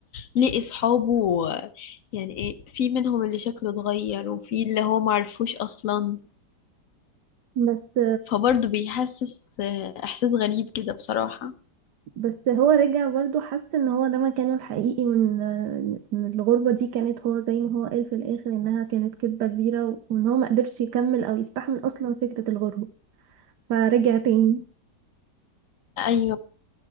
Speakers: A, on the left (about 60°); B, on the right (about 75°).
A: ليه اصحابه يعني ايه في منهم اللي شكله اتغير وفي اللي هو معرفوش اصلا
B: بس
A: فبرضه بيحسس آه، احساس غريب كده بصراحة
B: بس هو رجع برضه حس ان هو ده مكانه الحقيقي وان إن الغربة دي كانت هو زي ما هو قال في الاخر انها كانت كذبة كبيرة وان هو ما قدرش يكمل او يستحمل اصلا فكرة الغربة فرجع تاني
A: ايوه